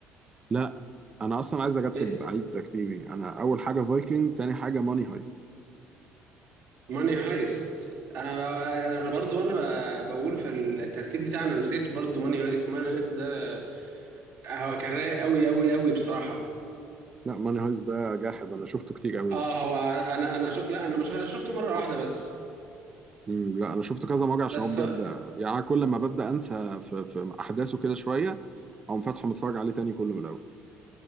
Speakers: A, on the right (about 20°); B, on the right (about 70°).
A: لا انا اصلا عايز ارتب
B: إيه،
A: عيد ترتيبي انا اول حاجه فايكنج تاني حاجه ماني هايست
B: ماني هايست انا ب... انا برضو انا ب... بقول في الترتيب بتاعنا نسيت برضو ماني هايست ماني هايست ده هو كان رايق قوي قوي قوي بصراحه
A: لا ماني هايست ده جاحد انا شفته كتير قوي
B: اه
A: بقى
B: هو انا انا شو... لا انا مش شفته مره واحده بس
A: مم، لا انا شفته كذا مره عشان
B: بس
A: هو بجد يعني أنا كل ما ببدا انسى في, في احداثه كده شويه اقوم فاتحه متفرج عليه تاني كله من الاول